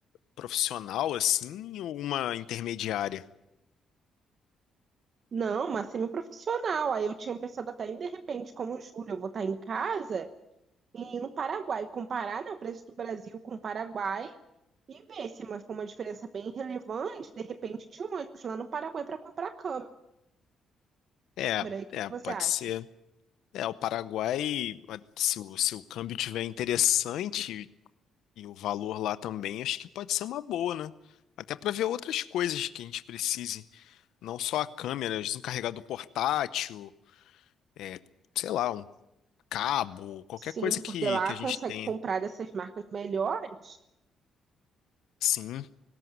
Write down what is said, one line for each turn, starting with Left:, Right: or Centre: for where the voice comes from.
Left: profissional assim, ou uma intermediária?
Right: Não, mas semi-profissional. Aí eu tinha pensado até em, de repente, como julho, eu vou estar em casa e ir no Paraguai, comparar, né, o preço do Brasil com o Paraguai e ver se mas foi uma diferença bem relevante, de repente, de um ônibus lá no Paraguai para comprar câmera.
Left: É,
Right: E o que
Left: é,
Right: que você
Left: pode
Right: acha?
Left: ser. É, o Paraguai, se o, se o câmbio tiver interessante. E o valor lá também acho que pode ser uma boa, né? Até para ver outras coisas que a gente precise, não só a câmera, às vezes um carregador portátil, é, sei lá, um cabo, qualquer
Right: Sim,
Left: coisa que,
Right: porque lá
Left: que a
Right: consegue
Left: gente tenha.
Right: comprar dessas marcas melhores.
Left: Sim,